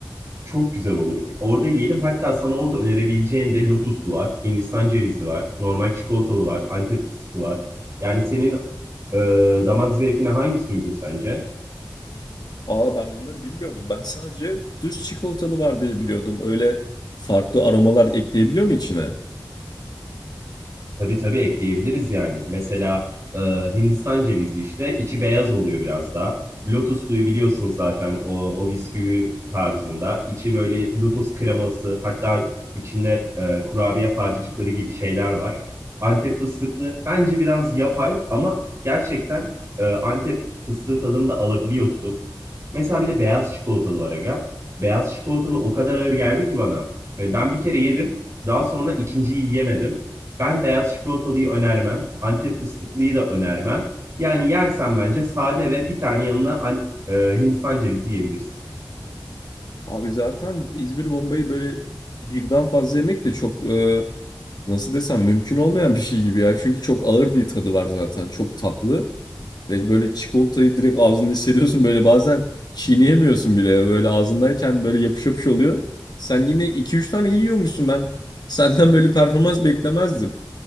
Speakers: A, on the right; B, on the left.
A: Çok güzel olur. Orada yiyelim. Hatta sana orada önerebileceğim de lotuslu var, Hindistan cevizli var, normal çikolatalı var, Antep fıstıklı var. Yani senin e, damak zevkine hangisi uygun sence?
B: Aa ben onları bilmiyordum. Ben sadece düz çikolatalı var diye biliyordum. Öyle farklı aromalar ekleyebiliyor mu içine?
A: Tabii tabii ekleyebiliriz yani. Mesela e, Hindistan cevizi işte içi beyaz oluyor biraz daha. Lotus suyu biliyorsunuz zaten o, o bisküvi tarzında. İçi böyle lotus kreması hatta içinde e, kurabiye parçacıkları gibi şeyler var. Antep fıstıklı bence biraz yapay ama gerçekten e, Antep fıstığı tadını da alabiliyorsun. Mesela bir de beyaz çikolatalı var aga. Beyaz çikolatalı o kadar ağır geldi ki bana. Yani ben bir kere yedim. Daha sonra ikinciyi yiyemedim. Ben beyaz çikolatalıyı önermem. Antep fıstıklıyı da önermem. Yani yersen bence sade ve bir tane yanına an- e, Hindistan cevizi yiyebilirsin.
B: Abi zaten İzmir bombayı böyle birden fazla yemek de çok e, nasıl desem mümkün olmayan bir şey gibi ya. Çünkü çok ağır bir tadı var zaten. Çok tatlı. Ve böyle çikolatayı direkt ağzında hissediyorsun. Böyle bazen çiğneyemiyorsun bile. Böyle ağzındayken böyle yapış yapış oluyor. Sen yine iki üç tane yiyormuşsun ben. Senden böyle performans beklemezdim.